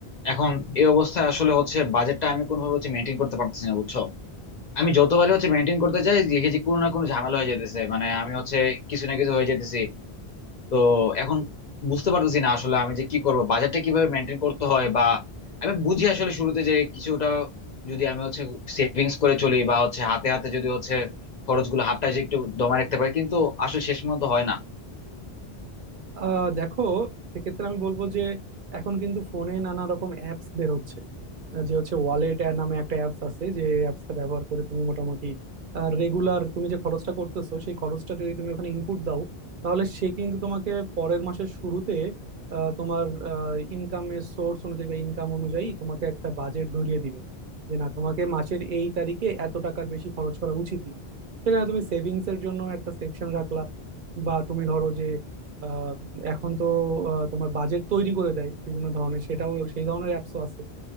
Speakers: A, on the left; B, on the right.
A: এখন এই অবস্থায় আসলে হচ্ছে বাজেটটা আমি কোনোভাবে হচ্ছে মেনটেন করতে পারতেছি না বুঝছো আমি যতবারই হচ্ছে মেনটেন করতে চাই দেখি যে কোনো না কোনো ঝামেলা হয়ে যেতেছে মানে আমি হচ্ছে কিছু না কিছু হয়ে যেতেছি তো এখন বুঝতে পারতেছি না আসলে আমি যে কি করব বাজেটটা কিভাবে মেনটেন করতে হয় বা আমি বুঝি আসলে শুরুতে যে কিছুটা যদি আমি হচ্ছে সেভিংস করে চলি বা হচ্ছে হাতে হাতে যদি হচ্ছে খরচগুলো হাতটা যে একটু দমায় রাখতে পারি কিন্তু আসলে শেষ পর্যন্ত হয় না
B: আহ দেখো সেক্ষেত্রে আমি বলবো যে এখন কিন্তু ফোনে নানা রকম অ্যাপস বের হচ্ছে যে হচ্ছে ওয়ালেট নামে একটা অ্যাপস আছে যে অ্যাপসটা ব্যবহার করে তুমি মোটামুটি রেগুলার তুমি যে খরচটা করতেছো সেই খরচটা যদি তুমি ওখানে ইনপুট দাও তাহলে সে কিন্তু তোমাকে পরের মাসের শুরুতে আহ, তোমার ইনকামের সোর্স অনুযায়ী বা ইনকাম অনুযায়ী তোমাকে একটা বাজেট ধরিয়ে দিবে যে না তোমাকে মাসের এই তারিখে এত টাকার বেশি খরচ করা উচিত না সেখানে তুমি সেভিংস এর জন্য একটা সেকশন রাখলা বা তুমি ধরো যে আহ, এখন তো আহ, তোমার বাজেট তৈরি করে দেয় বিভিন্ন ধরনের সেটাও সেই ধরনের অ্যাপসও আছে